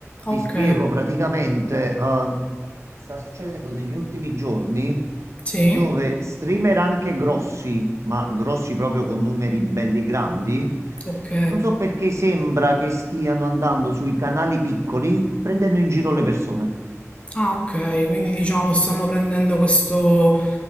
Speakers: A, on the right; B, on the left.
A: Ti
B: ok,
A: spiego praticamente, eh, sta succedendo negli ultimi giorni
B: sì,
A: dove streamer anche grossi, ma grossi proprio con numeri belli grandi,
B: ok.
A: non so perché sembra che stiano andando sui canali piccoli prendendo in giro le persone.
B: Ah, ok, quindi diciamo stanno prendendo questo